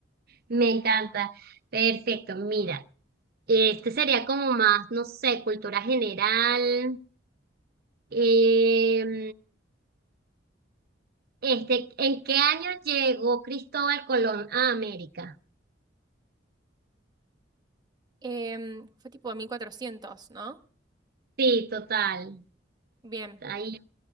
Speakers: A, on the right (about 55°); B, on the right (about 25°).
A: Me encanta. Perfecto, mira. Este sería como más, no sé, cultura general. Em, este, ¿en qué año llegó Cristóbal Colón a América?
B: Em, fue tipo mil cuatrocientos, ¿no?
A: Sí, total.
B: Bien,
A: Ahí,